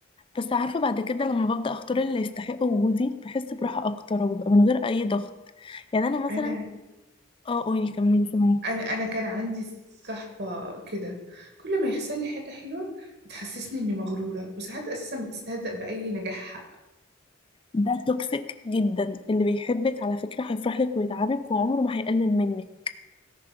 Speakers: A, on the left; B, on the right.
A: بس عارفة بعد كده لما ببدأ أختار اللي يستحق وجودي بحس براحة أكتر وببقى من غير أي ضغط يعني أنا مثلا
B: أنا
A: اه قولي كملي سامعاكي
B: انا انا كان عندي صحبة كده كل ما يحصل لي حاجة حلوة بتحسسني اني مغرورة وساعات اساسا بتستهزأ بأي نجاح حق
A: ده توكسيك جدا اللي بيحبك على فكرة هيفرح لك ويدعمك وعمره ما هيقلل منك